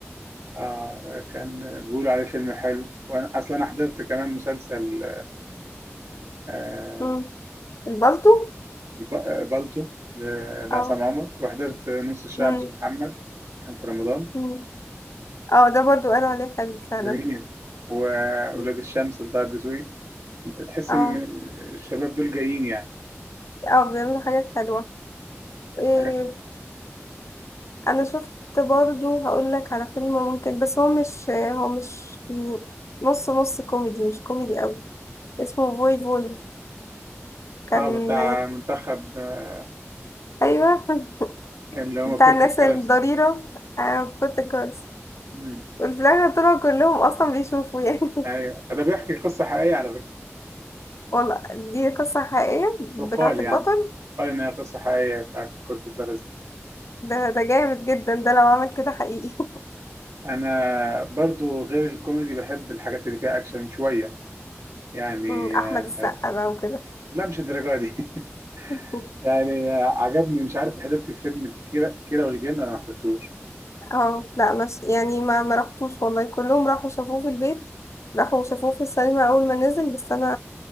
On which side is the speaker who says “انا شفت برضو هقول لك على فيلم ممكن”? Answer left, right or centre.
Left